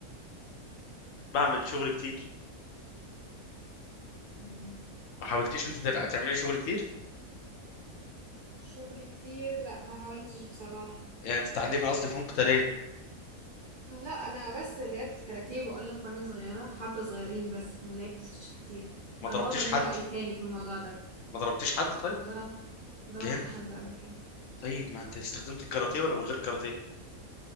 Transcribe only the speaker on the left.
بعمل شغل كتير
ما حاولتيش انت تلع- تعملي شغل كتير
يعني تتعلمي قصدي فنون قتاليه
ما
ضربتيش
حد
ما ضربتيش حد طيب
جامد
طيب ما انت استخدمت الكاراتيه ولا من غير كاراتيه